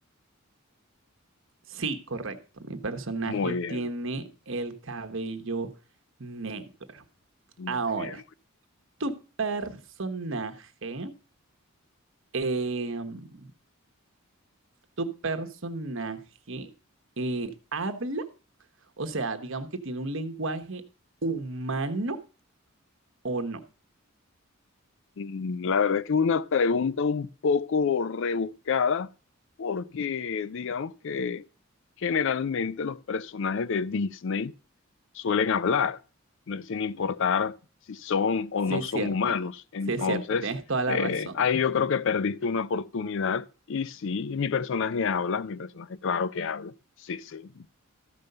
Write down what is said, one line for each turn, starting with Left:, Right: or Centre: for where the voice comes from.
Right: Sí, correcto. Mi personaje
Left: Muy
Right: tiene
Left: bien.
Right: el cabello negro.
Left: Muy
Right: Ahora,
Left: bien.
Right: tu personaje, em, tu personaje eh, habla O sea, digamos que tiene un lenguaje humano o no.
Left: Mm, La verdad es que es una pregunta un poco rebuscada porque digamos que generalmente los personajes de Disney suelen hablar, ¿no? sin importar si son o
Right: Sí,
Left: no
Right: es
Left: son
Right: cierto.
Left: humanos. Entonces,
Right: Sí, es cierto. Tienes toda la
Left: eh,
Right: razón.
Left: ahí yo creo que perdiste una oportunidad y sí, mi personaje habla, mi personaje claro que habla. Sí, sí.